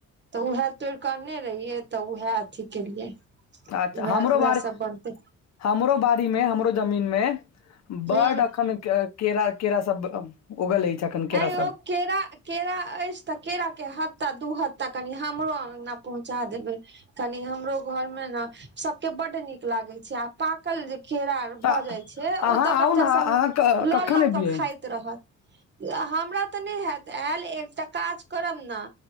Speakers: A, on the right; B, on the left.
A: तऽ उएह तोड़िकऽने रहियै तऽ उएह अथी केलियै
B: अच्छा
A: वैहे
B: हमरो बारी
A: सब बनतै
B: हमरो बाारी मे हमरो जमीन मे
A: हूँ
B: बड्ड अखन केरा केरा सब उगल अछि अखन
A: ऐं
B: केरा
A: यौ
B: सब
A: केरा केरा अछि तऽ केराक के हत्ता दू हत्ता कनि हमरो अंगना पहुँचा देबै कनी हमरो घर मे ने सबके बड्ड नीक लागै छै आ पाकल जे केरा
B: तऽ
A: भऽ जाइ छै ओ
B: अहाँ
A: तऽ
B: आउ
A: बच्चा
B: ने अहाँ
A: सब
B: क-
A: लऽ
B: कखन
A: लऽ
B: एबियै
A: के खाइत रहत हमरा तऽ नहि होयत आयल एकटा काज करब ने